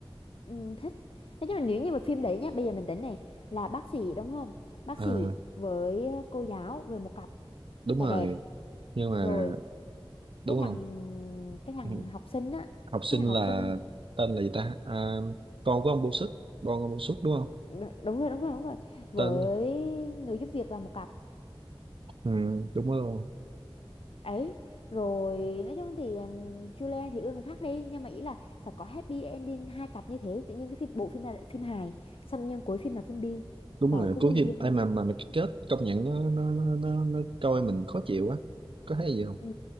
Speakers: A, on the left; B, on the right.
A: ừ, thích thế nhưng mà nếu như mà phim đấy nhá bây giờ mình tính này là bác sĩ đúng không bác
B: Ờ,
A: sĩ với ờ, cô giáo về một cặp
B: đúng rồi
A: là đẹp
B: nhưng mà
A: rồi
B: đúng
A: cái thằng
B: không
A: cái thằng
B: Ừ.
A: học sinh á
B: học sinh
A: cái thằng học
B: là
A: sinh
B: tên là gì ta à, con của ông Bô Sức con ông Bô Sức đúng không
A: Đ- đúng rồi đúng rồi đúng rồi với
B: tên
A: người giúp việc là một cặp
B: ừ, đúng rồi
A: ấy rồi nói chung thì um, Julian thì ưa người khác đi nhưng mà ý là phải có happy ending hai cặp như thế tự nhiên cái phim bộ phim này là phim hài xong nhân cuối phim là phim bi
B: đúng
A: hỏi
B: rồi
A: có
B: cuối
A: vô duyên
B: phim ai
A: không
B: mà mà mà cái kết công nhận nó nó nó nó, nó coi mình khó chịu quá có thấy gì không
A: ừ